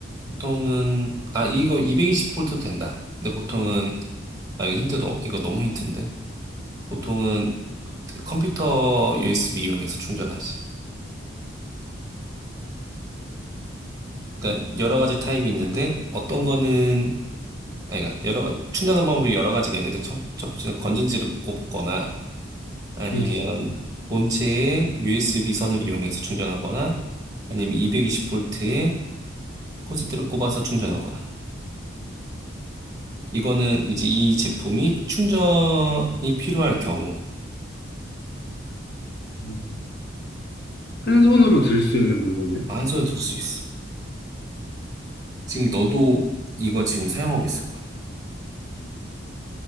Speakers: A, on the right (about 20°); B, on the left (about 60°).
A: 보통은, 아, 이거 220볼트 된다. 근데 보통은 아, 이거 힌트도, 없- 이거 너무 힌트인데? 보통은 그 컴퓨터 USB 이용해서 충전하지. 그러니까 여러 가지 타입이 있는데, 어떤 거는, 아니, 그러니까 여러, 가- 충전하는 방법이 여러 가지가 있는데, 첫, 첫 번째는 건전지를 꼽거나, 아니면
B: 음,
A: 본체에 USB 선을 이용해서 충전하거나, 아니면 220V에 콘센트를 꼽아서 충전하거나. 이거는 이제 이 제품이 충전이 필요할 경우,
B: 음. 한 손으로 들 수 있는 물건이야?
A: 한 손에 들 수 있어. 지금 너도 이거 지금 사용하고 있을 거야.